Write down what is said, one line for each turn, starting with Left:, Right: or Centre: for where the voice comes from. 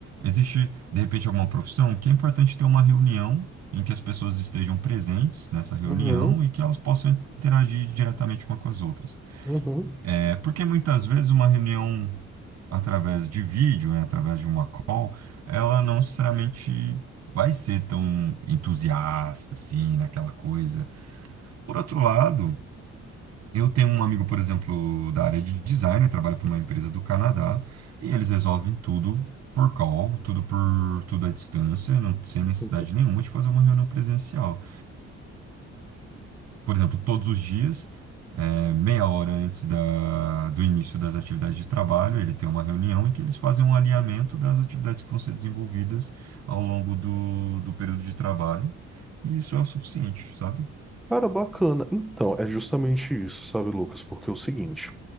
Right: Existe, de repente, alguma profissão que é importante ter uma reunião em que as pessoas estejam presentes nessa reunião
Centre: uhum,
Right: e que elas possam interagir diretamente uma com as outras.
Centre: uhum.
Right: É porque muitas vezes uma reunião através de vídeo, né, através de uma call, ela não necessariamente vai ser tão entusiasta assim, naquela coisa. Por outro lado, eu tenho um amigo, por exemplo, da área de design, ele trabalha para uma empresa do Canadá, e eles resolvem tudo por call, tudo por tudo à distância, não- sem necessidade
Centre: uhum.
Right: nenhuma de fazer uma reunião presencial. Por exemplo, todos os dias, eh, meia hora antes da- do início das atividades de trabalho, ele tem uma reunião em que eles fazem um alinhamento das atividades que vão ser desenvolvidas ao longo do, do período de trabalho, e isso é o suficiente, sabe?
Centre: Cara, bacana. Então, é justamente isso, sabe, Lucas? Porque é o seguinte.